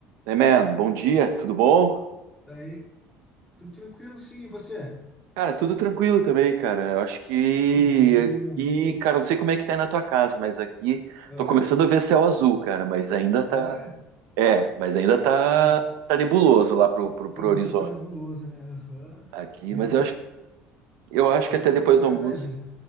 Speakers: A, on the right; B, in the centre.
A: Hey man, bom dia, tudo bom?
B: Daí, tudo tranquilo, sim, e você?
A: Cara, tudo tranquilo também, cara. Eu acho que
B: Que bom.
A: aqui, cara, não sei como é que tá aí na tua casa, mas aqui
B: Ah,
A: tô começando a ver céu azul, cara, mas ainda tá.
B: é?
A: É, mas ainda tá,
B: Ah,
A: tá nebuloso lá pro, pro,
B: pra
A: pro
B: mim
A: horizonte
B: é um pouco nebuloso, né? Aham.
A: aqui,
B: Meio
A: mas eu acho, que- eu acho
B: bom
A: que até
B: pra tomar
A: depois
B: um cafezinho.
A: do almoço.